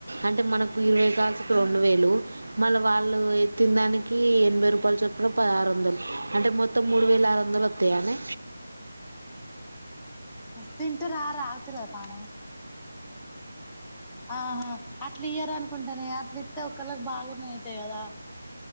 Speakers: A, on the right (about 85°); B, in the centre.
A: అంటే మనకు ఇరవై దాచుకో
B: ఆ
A: యలు వాళ్ళు ఎత్తిన దానికి ఎనభై రూపాయలు చొప్పున పదహరు వందలు అంటే మొత్తం మూడు వేల ఆరు వందలు వతయానే
B: తింటూ రా ఆ రావతు పణ ఆహా అ ఇట్ల ఇయర్ అనుకుంటానే అట్లా ఇస్తే ఒకళ్ళకి బాగానే అయితాయి కదా